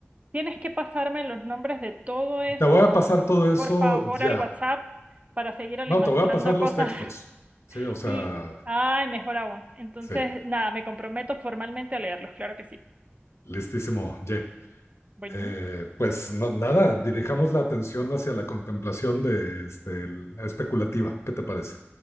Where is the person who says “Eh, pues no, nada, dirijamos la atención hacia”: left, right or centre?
Left